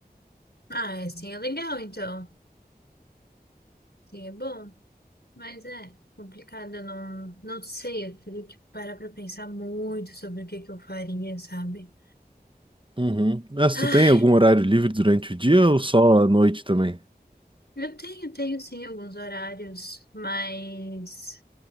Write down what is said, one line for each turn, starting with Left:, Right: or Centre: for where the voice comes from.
Left: Ah, é, sim, é legal então. Sim, é bom, mas é complicado, eu não, não sei, eu teria que parar pra pensar muito sobre o que que eu faria, sabe?
Right: Uhum. Mas
Left: Ai,
Right: tu tem algum horário livre durante o dia ou só à noite também?
Left: eu tenho, tenho sim alguns horários, mas